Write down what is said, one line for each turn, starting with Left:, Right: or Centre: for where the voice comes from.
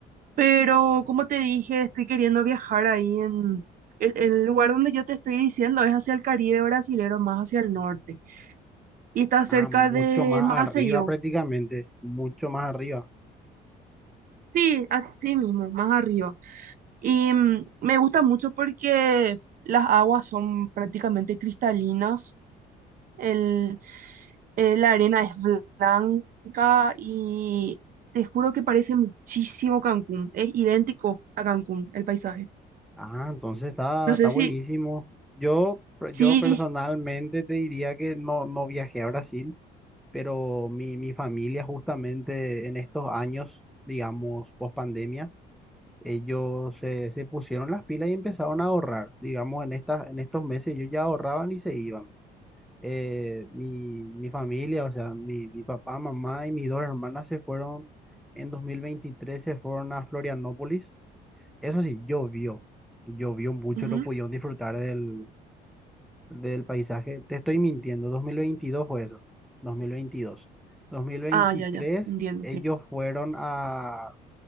Right: Pero como te dije, estoy queriendo viajar ahí en... e- El lugar donde yo te estoy diciendo es hacia el Caribe brasilero, más hacia el norte. Y está
Centre: Ah,
Right: cerca
Centre: mucho
Right: de
Centre: más
Right: Maceió.
Centre: arriba prácticamente. Mucho más arriba.
Right: Sí, así mismo, más arriba. Y mm, me gusta mucho porque las aguas son prácticamente cristalinas. El, eh, la arena es blanca y te juro que parece muchísimo Cancún. Es idéntico a Cancún, el paisaje.
Centre: Ah, entonces está,
Right: No
Centre: está
Right: sé
Centre: buenísimo.
Right: si...
Centre: Yo, per-
Right: Sí.
Centre: yo personalmente te diría que no, no viajé a Brasil, pero mi, mi familia justamente en estos años, digamos, post pandemia. ellos se, se pusieron las pilas y empezaron a ahorrar. Digamos, en estas, en estos meses ellos ya ahorraban y se iban. Eh, mi, mi familia, o sea, mi, mi papá, mamá y mis dos hermanas se fueron en 2023, se fueron a Florianópolis. Eso sí, llovió, llovió mucho,
Right: Ujú.
Centre: no pudieron disfrutar del, del paisaje. Te estoy mintiendo, 2022 fue eso, 2022. 2023
Right: Ah, ya, ya, entiendo,
Centre: ellos
Right: sí.
Centre: fueron a